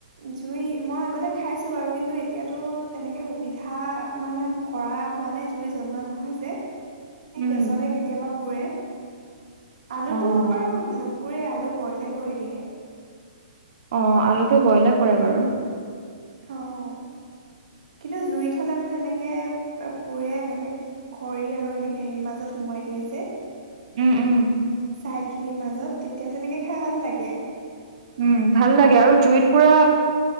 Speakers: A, on the right; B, on the right.
A: জুই মই আগতে খাইছোঁ বাৰু, কিন্তু, এতিয়াতো তেনেকে সুবিধা মানে কৰা হোৱা নাই, জুই জ্বলোৱা নহয় যে। এই
B: উম,
A: গেছতে কেতিয়াবা পোৰে। আলুটো
B: অ',
A: বাৰু ন পোৰে, আলু বইলে কৰি দিয়ে।
B: অ', আলুটো বইলে কৰে বাৰু।
A: অ', কিন্তু জুইত হ'লে মানে এনেকে এ পোৰে এনেকে খৰি আৰু এনেকে হেৰিৰ মাজত সোমোৱাই দিয়ে যে
B: উম, উম।
A: ছাইখিনিৰ মাজত, তেতিয়া তেনেকে খাই ভাল লাগে।
B: উম, ভাল লাগে আৰু জুইত পোৰা